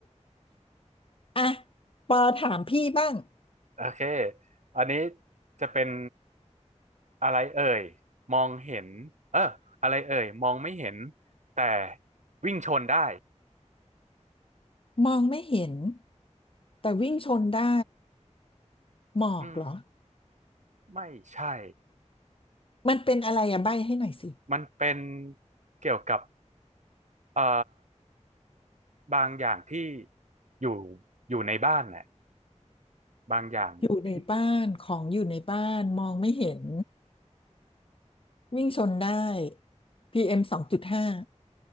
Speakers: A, on the left; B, on the right.
A: <laughs> อ่ะปอถามพี่บ้าง
B: <laughs> โอเคอันนี้จะเป็นอะไรเอ่ยมองเห็นเอออะไรเอ่ยมองไม่เห็นแต่วิ่งชนได้
A: มองไม่เห็น แต่วิ่งชนได้หมอกเหรอ
B: อืมไม่ใช่
A: มันเป็นอะไรอะใบ้ให้หน่อยสิ
B: มันเป็นเกี่ยวกับเอ่อบางอย่างที่อยู่อยู่ในบ้านน่ะบางอย่างที่
A: อยู่ในบ้านของอยู่ในบ้านมองไม่เห็นวิ่งชนได้พีเอ็มสองจุดห้า